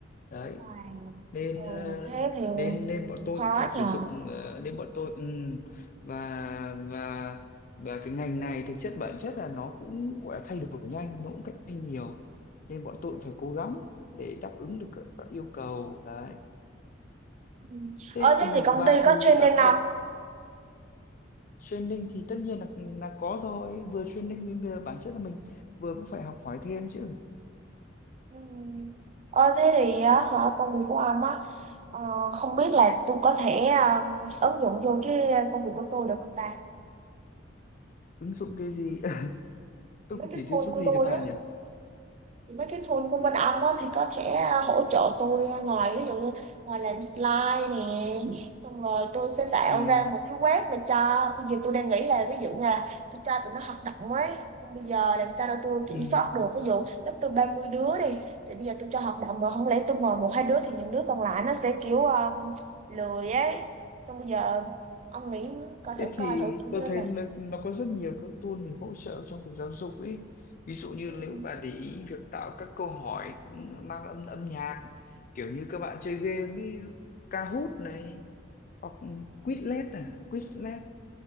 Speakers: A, on the left; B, on the right.
A: đấy
B: Wow.
A: nên
B: Ừ,
A: ờ,
B: thế thì
A: nên nên bọn tôi
B: khó
A: cũng phải sử
B: nhờ.
A: dụng ờ, nên bọn tôi ừm, và và và cái ngành này thực chất bản chất là nó cũng gọi là thay đổi nhanh nó cũng cạnh tranh nhiều nên bọn tôi cũng phải cố gắng để đáp ứng được các, các yêu cầu đấy
B: Ừ.
A: thế
B: Ờ,
A: còn
B: thế
A: ngành
B: thì công
A: của bà
B: ty có
A: thì
B: training
A: bà
B: không?
A: có gặp training thì tất nhiên là là có thôi vừa training nên vừa bản chất là mình vừa cũng phải học hỏi thêm chứ
B: Ừ. Ờ, thế thì á, hả, công việc của ông á, ờ, không biết là tôi có thể ờ, ứng dụng vô cái công việc của tôi được không ta?
A: ứng dụng cái gì <laughs> tôi
B: Mấy
A: có
B: cái
A: thể
B: tool
A: giúp
B: của
A: gì
B: tôi
A: cho bà
B: á,
A: nhỉ
B: mấy cái tool của bên ông á, thì có thể à, hỗ trợ tôi à, ngoài ví dụ như ngoài làm slide nè xong rồi tôi sẽ tạo
A: ừ
B: ra một cái web mà cho bây giờ tôi đang nghĩ là ví dụ như là tôi cho tụi nó hoạt động ấy xong bây giờ làm sao để tôi kiểm
A: ừ
B: soát được ví dụ lớp tôi 30 đứa đi thì bây giờ tôi cho hoạt động mà không lẽ tôi mời một hai đứa thì những đứa còn lại nó sẽ kiểu um, lười ấy xong bây giờ ông nghĩ coi thử
A: Thế thì
B: coi thử kiểu
A: tôi
B: như
A: thấy
B: là
A: là nó có rất nhiều các tool để hỗ trợ trong việc giáo dục ấy. Ví dụ như
B: ừ,
A: nếu bà để ý việc tạo các câu hỏi mang âm âm nhạc kiểu như các bạn chơi game ấy, Kahoot này hoặc Quizlet à, Quizlet